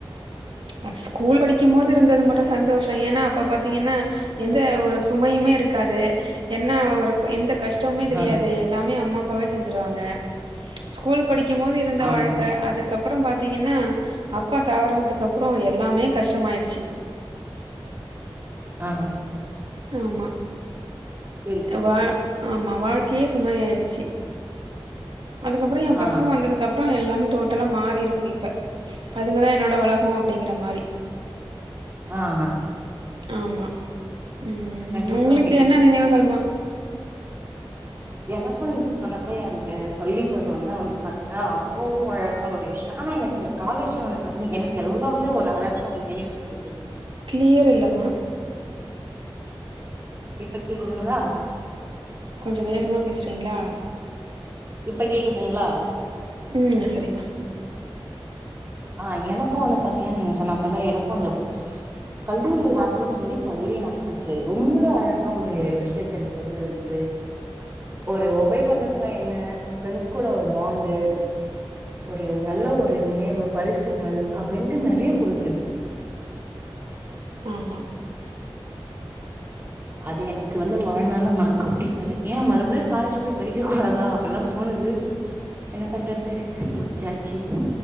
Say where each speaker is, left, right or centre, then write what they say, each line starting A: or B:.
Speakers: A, on the right; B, on the right.
A: அ ஸ்கூல் படிக்கும் போது இருந்தது மட்டு சந்தோஷ ஏன்னா அப்ப பாத்தீங்கன்னா எந்த ஒரு சுமையுமே இருக்காது என்ன ஒரு எந்த கஷ் கஷ்டமே தெரியாது
B: ஆ
A: எல்லாமே அம்மா அப்பாவே செஞ்சுருவாங்க ஸ்கூல் படிக்கும் போது இருந்த
B: ஆமா
A: வாழ்க்கை அதுக்கப்பறம் பாத் த்தீங்கன்னா அப்பா தவரணத்துக்கு அப்றோ எல்லாமே கஷ் டமாயிடுச்சு
B: ஆ
A: ஆமா
B: செரி செரி
A: வா ஆமா வாழ் க்கயே சுமயாயிடுச்சு அதுக்கப்புறொ ஏ
B: ஆ
A: பசங்க வந்ததுக்கப்றொ எல்லாமே டோட்டலா மா றி‌ இருக்கு இப்ப அதுங்கதா என்னோட ஒலகொ அப்டிங்கிற மாரி
B: ஆஹ
A: ஆமா ம்
B: கண்டிப்பாங்க
A: உங்ளுக்கு என்ன நினைவுகள்மா
B: எனக்கு நீங் சொன்ன மே அந்த பள்ளி பருவந்தா வந்து பாத்தினா அவ்ளோ அழகா ஒரு விஷ்ய ஆனா எனக்கு எ காலேஜ வந்து பாத்தினா எனக்கு எல்லாமே ஒரு அழகான ஒரு நினைவு கொடுக்குது
A: க்ளியர் இல்லமா
B: இப்ப கேக்குதுங்ளா?
A: கொஞ்ச வேகமா பேசுறீங்ளா
B: இப்ப கேக்குதுங்ளா
A: ம் சரிம்மா
B: ஆ எனக்கு வந்து பாத்தீங்கன நீங்க சொன்னப்போல எனக்கு அந்த கல்லூரி நாட்களும் செரி பள்ளி நாட்களும் செரி ரொம்பவே அழகா ஒரு விஷ்யத்த எனக்கு வந்து வந்து ஒரு ஒபை பண்றத்துன்னா என்ன ஃப்ரெண்ட்ஸ் கூட ஒரு பாண்டு ஒரு நல்ல ஒரு நினைவு பரிசுகள் அப்டின்ட்டு நெறைய குடுத்தது
A: ஆமா
B: அது எனக்கு வந்து வாழ்நாள்ல மறக்க முடியாது ஏ மறுபடியு காலேஜ் போய் படிக்க கூடாதா அப்பில்லா தோணுது என்ன பண்றத்து முடு ச்சாச்சி